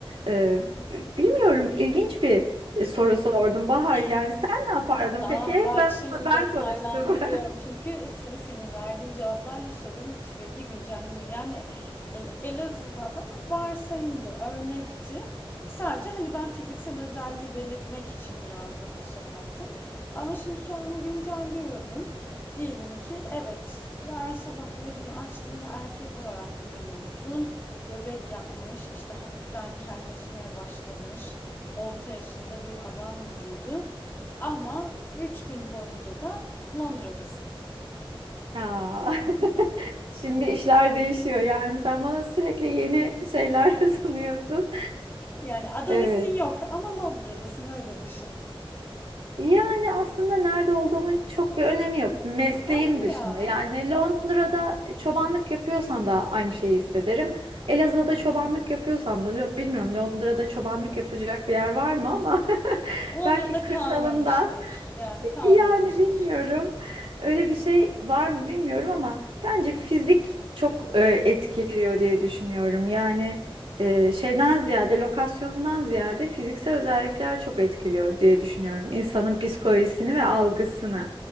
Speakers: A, on the right; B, on the left.
A: Ee, bilmiyorum ilginç bir e, soru sordum Bahar.
B: <laughs>
A: Yani sen ne yapardın
B: Tamam
A: peki? Hep
B: bak
A: ben,
B: şimdi
A: ben
B: detaylandırıyorum.
A: konuştum. <laughs>
B: Çünkü se- senin verdiğin cevaplarla sorum sürekli güncelleniyor. Yani El- Elazığ'da da mı? varsayımdı, örnekti. Sadece hani ben fiziksel özelliği belirtmek için biraz daha şey yaptım. Ama şimdi sorumu güncelliyorum. Diyelim ki evet yarın sabah gözünü açtığında erkek olarak uyanıyorsun. Göbek yapmış, işte hafiften kelleşmeye başlamış orta yaşında bir adam vücudu ama 3 gün boyunca da Londra'dasın.
A: Ya, <laughs> şimdi işler değişiyor. Yani sen bana sürekli yeni şeyler <laughs> sunuyorsun.
B: Yani Adonis'in
A: Evet.
B: yok ama Londra'dasın öyle düşün.
A: Yani aslında nerede olduğumun çok bir önemi yok. Mesleğim
B: Hadi
A: dışında.
B: ya.
A: Yani Londra'da e, çobanlık yapıyorsam da aynı şeyi hissederim. Elazığ'da çobanlık yapıyorsam da bilmiyorum Londra'da çobanlık yapacak bir yer var mı ama <laughs>
B: Londra'da
A: belki kırsalında
B: kalmamıştır. Yani kalmamıştır.
A: yani bilmiyorum. Öyle bir şey var mı bilmiyorum ama bence fizik çok e, etkiliyor diye düşünüyorum. Yani e, şeyden ziyade, lokasyondan ziyade fiziksel özellikler çok etkiliyor diye düşünüyorum. İnsanın psikolojisini ve algısını.